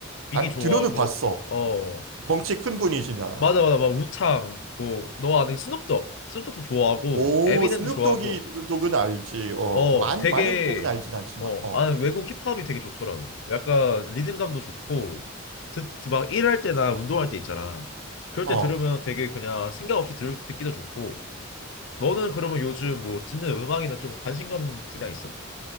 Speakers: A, on the left (about 70°); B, on the right (about 80°).
A: 비기
B: 아,
A: 좋아하고
B: 들어는 봤어.
A: 어
B: 덩치 큰 분이시냐.
A: 맞아 맞아 막 우창 뭐너 아는 스눕독 스눕독도 좋아하고
B: 오,
A: 에미넴도
B: 스눕독이
A: 좋아하고
B: 독은 알지. 어,
A: 어
B: 많,
A: 되게
B: 많은 곡은 알진 않지만.
A: 어
B: 어,
A: 나는 외국 힙합이 되게 좋더라고. 약간 리듬감도 좋고 듣막 일할 때나 운동할 때 있잖아. 그럴
B: 어.
A: 때 들으면 되게 그냥 생각 없이 들, 듣기도 좋고 너는 그러면 요즘 뭐 듣는 음악이나 좀 관심 가는 분야 있어?